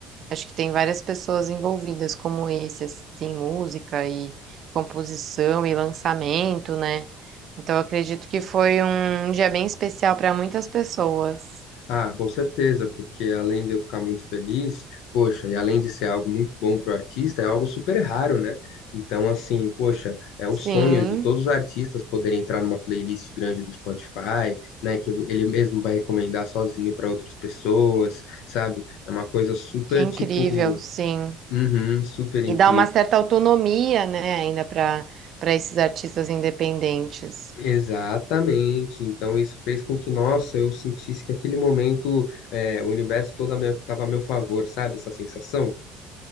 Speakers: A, on the right; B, on the left.
A: acho que tem várias pessoas envolvidas, como esse, assim, música e composição e lançamento, né? Então, eu acredito que foi um dia bem especial para muitas pessoas.
B: Ah, com certeza, porque além de eu ficar muito feliz, poxa, e além de ser algo muito bom para o artista, é algo super raro, né? Então, assim, poxa, é o
A: Sim,
B: sonho de todos os artistas poderem entrar numa playlist grande do Spotify, né? Que ele mesmo vai recomendar sozinho para outras pessoas, sabe? É uma coisa super,
A: que incrível,
B: tipo,
A: sim.
B: uhum, super incrível.
A: E dá uma certa autonomia, né, ainda para para esses artistas independentes.
B: Exatamente. Então isso fez com que, nossa, eu sentisse que aquele momento, é, o universo todo estava a meu tava a meu favor, sabe? Essa sensação.